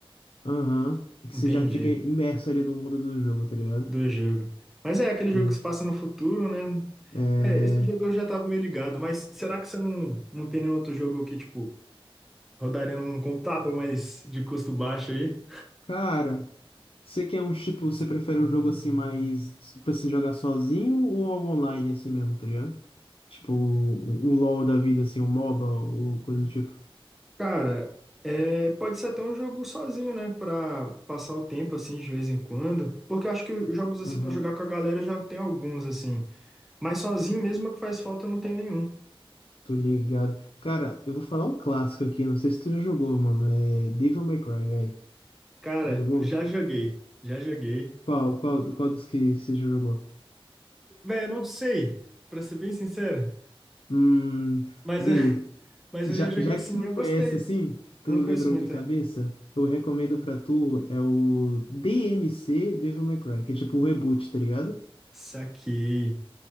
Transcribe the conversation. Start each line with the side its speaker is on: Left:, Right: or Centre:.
Left: aham, e que
Centre: entende
Left: você já fica imerso ali no mundo do jogo, tá ligado?
Centre: do jogo. Mas é aquele jogo
Left: Uhum.
Centre: que se passa no futuro, né?
Left: É,
Centre: É, esse jogo eu já tava meio ligado. Mas será que você não, não tem nenhum outro jogo que, tipo. Rodaria num computador mais de custo baixo aí.
Left: cara, você quer um tipo, você prefere um jogo assim mais pra você jogar sozinho ou algo online assim mesmo, tá ligado? Tipo, um um LoL da vida, assim, um MOBA ou coisa do tipo.
Centre: Cara, é, pode ser até um jogo sozinho, né? Pra passar o tempo, assim, de vez em quando. Porque eu acho que jogos, assim,
Left: Aham.
Centre: pra jogar com a galera já tem alguns, assim. Mas sozinho mesmo é que faz falta, eu não tenho nenhum.
Left: Tô ligado. Cara, eu vou falar um clássico aqui, não sei se tu já jogou, mano. É Devil May Cry, velho.
Centre: Cara,
Left: Jogou?
Centre: já joguei. Já joguei.
Left: Qual, qual, qual dos que você já jogou?
Centre: Véi, eu não sei, pra ser bem sincero.
Left: Hum,
Centre: Mas,
Left: beleza.
Centre: eu- <laughs> mas
Left: Já,
Centre: eu já joguei
Left: já
Centre: sim
Left: que tu não
Centre: e eu
Left: conhece
Centre: gostei.
Left: assim, tu
Centre: Eu não
Left: não
Centre: conheço
Left: lembra
Centre: muito,
Left: um de cabeça,
Centre: é.
Left: eu recomendo pra tu é o DMC Devil May Cry, que é tipo o reboot, tá ligado?
Centre: Saquei.